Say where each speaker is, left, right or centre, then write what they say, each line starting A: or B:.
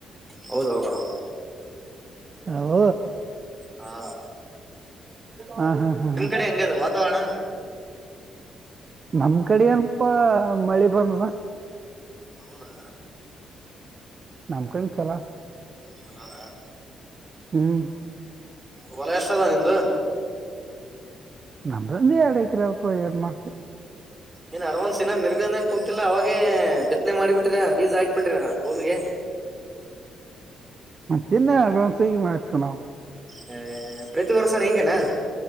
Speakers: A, on the right (about 15°); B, on the right (about 40°).
A: ಹೌದ್ ಹೋಗಣೊ.
B: ಹೌ
A: ಹಾ
B: ಹಾ ಹಾ ಹಾ
A: ನಿಮ್
B: ಹ
A: ಕಡೆ ಹೆಂಗದ ವಾತಾವರಣ
B: ನಮ್ ಕಡೆ ಎನಪ ಮಳೆ ಬಂದದ
A: ಹೌದಾ
B: ನಮಕನು ಚಲ
A: ಚಲೋ ಅದ
B: ಹ್ಮ್
A: ಹೊಲ ಎಷ್ಟ ಅದ ನಿಮ್ದು
B: ನಮ್ದೊಂದು ಎರಡು ಎಕರೆ ಯದಪ್ಪ ಆಡ್ ಮಾಡ್
A: ಏನ್ ಅಡ್ವಾನ್ಸ್ ಇನಾ ಮಿರ್ಗಾನಾಗ ಕುೂಂತಿಲ್ಲ ಅವಾಗೇ ಬಿತ್ತನೆ ಮಾಡಿ ಬಿಟ್ಟಿರಾ ಬೀಜಾ ಹಾಕಿ ಬಿಟ್ಟಿರಾ ಭೂಮಿಗೆ
B: ಮತ್ತಿನ ಅಡ್ವಾನ್ಸಗ ಮಾಡ್ಸತೀವಿ ನಾವು
A: ಹ ಪ್ರತಿ ವರ್ಷ ಹಿಂಗೆನಾ